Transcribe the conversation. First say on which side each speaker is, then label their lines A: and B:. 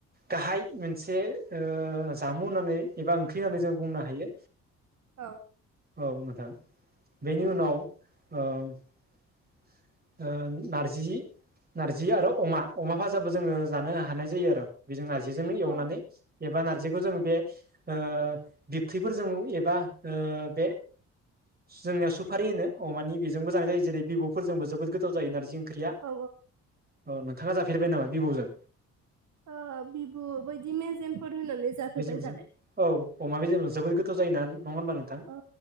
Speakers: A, on the right; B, on the right.
A: गाहाइ मोनसे ओ जामु होननानै एबा ओंख्रि होननानै जों बुंनो हायो।
B: औ
A: औ नोंथां। बेनि
B: औ
A: उनाव औ। ओ नारजि नारजि आरो अमा, अमा फाजाबो जोङो जानो हानाय जायो आरो बेजों नार जिजोंनो
B: अ
A: एवनानै एबा नार्जिखौ जों बे ओ बिबथैफोरजों एबा ओ बे जोंनियाव सुफारि होनो अमानि बेजोंबो जानाय जायो। जेरै बिबु फोरजों जोबोद गोथाव जायो नारजि ओंख्रिया।
B: औ
A: ओ नोंथाङा जा फेरबाय नामा बिबुजों?
B: ओ बिबु बैदि मेजेम फोर होनानै जाफेरबाय
A: मेजेमजों
B: जानाय
A: औ अमा मेजेमजों जोबोद गोथाव जायो ना? नङा होनबा नोंथां?
B: औ